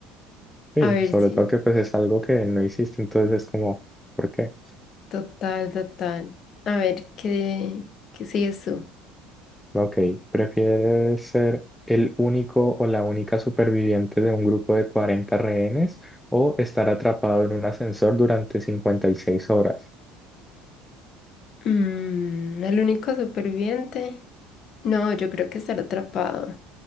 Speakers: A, in the centre; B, on the left.
A: Sí,
B: A ver,
A: sobre
B: sí,
A: todo que pues es algo que no hiciste, entonces es como, ¿por qué?
B: total, total. A ver, ¿qué, qué sigues tú?
A: Ok, ¿prefieres ser el único o la única superviviente de un grupo de 40 rehenes o estar atrapado en un ascensor durante 56 horas?
B: Mm, el único superviviente. No, yo creo que estar atrapado.